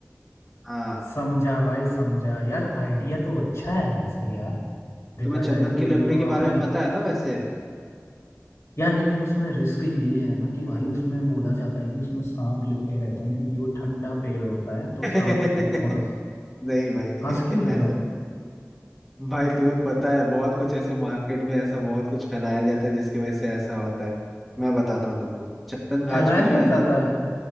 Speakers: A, in the centre; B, on the left.
A: हाँ
B: समझा भाई समझा यार आइडिया तो अच्छा है वैसे यार देखा
A: तुम्हें चंदन
B: जाए तो
A: की
B: ये
A: लकड़ी
B: तो
A: के
B: आपने
A: बारे में पता है ना वैसे
B: यार लेकिन उसमें रिस्क ये है ना कि भाई उसमें बोला जाता है कि उसमें सांप लिपटे रहते हैं क्योंकि वो ठंडा पेड़ होता है तो सांप
A: <laughs>
B: को थोड़ा
A: नहीं भाई
B: हंस
A: <laughs>
B: क्यों रहे
A: ऐसा
B: हो
A: भाई तुम्हें पता है बहुत कुछ ऐसे मार्केट में ऐसा बहुत कुछ फैलाया जाता है जिसकी वजह से ऐसा होता है मैं बताता हूँ तुमको चंदन गाछ
B: फैलाया
A: में जो
B: क्या
A: है
B: जाता
A: ना
B: है